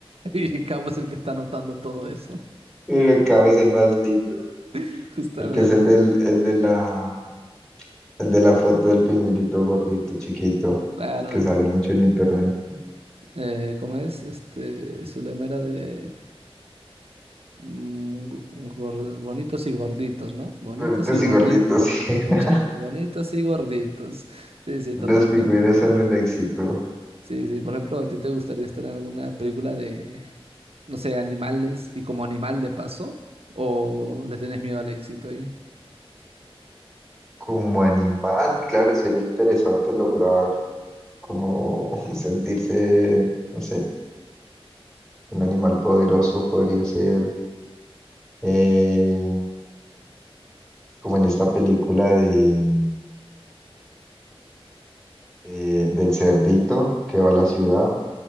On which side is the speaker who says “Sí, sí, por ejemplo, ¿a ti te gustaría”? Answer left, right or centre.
Right